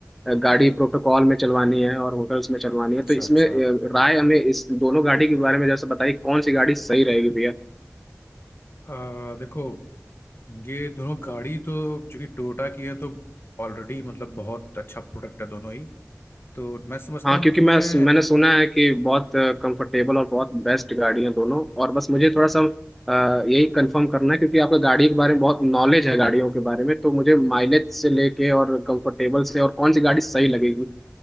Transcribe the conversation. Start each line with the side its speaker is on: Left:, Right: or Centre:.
Centre: अ, गाड़ी प्रोटोकॉल में चलवानी है और होटल्स में चलवानी
Left: अच्छा
Centre: है तो इसमें
Left: अच्छा
Centre: अ, राय हमें इस दोनों गाड़ी के बारे में जैसे बताइए कौन सी गाड़ी सही रहेगी भैया
Left: आ, देखो ये दोनों गाड़ी तो चूंकि टोयोटा की है तो ऑलरेडी मतलब बहुत अच्छा प्रोडक्ट है दोनों ही तो मैं समझता
Centre: हाँ
Left: हूँ
Centre: क्योंकि
Left: तो तुम्हें
Centre: मैं मैंने सुना है कि बहुत कंफर्टेबल और बहुत बेस्ट गाड़ी है दोनों और बस मुझे थोड़ा सा अ, यही कंफर्म करना है क्योंकि आपका गाड़ी के बारे में बहुत नॉलेज है गाड़ियों के बारे में तो मुझे माइलेज से लेके और कंफर्टेबल से और कौन सी गाड़ी सही लगेगी